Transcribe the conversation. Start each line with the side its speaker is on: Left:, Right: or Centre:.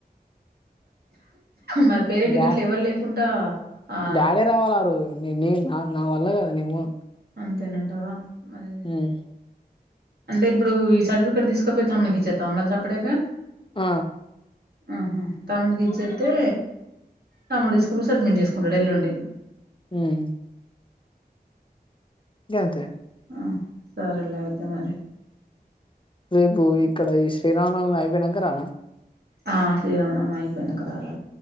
Right: మరి పేరెంట్
Left: డా
Right: గిట్లా ఎవల్ లేకుంటా ఆ
Left: డాడీ రావాలి ఆ రోజు నే నా నా వల్ల కాదు నే పోను
Right: అంతేనంటవా మరి
Left: హ్మ్
Right: అంటే ఇబ్బుడు ఈ సర్టిఫికెట్ తీసుకపోయ్ తమ్కి ఇచ్చేత్తావ మరి సప్పిడాక
Left: అ
Right: ఆహా తమ్ముడికి ఇచ్చేత్తే తమ్ముడు తీసుకపొయ్ సబ్మిట్ చేసుకుంటాడు ఎల్లుండి
Left: హ్మ్ గంతే
Right: ఆ సరేలే అయితే మరి
Left: రేపు ఇక్కడ ఈ శ్రీరామ నవమి అయిపోయినంక రానా
Right: ఆ శ్రీరామనవమి ఐపోయినాక రా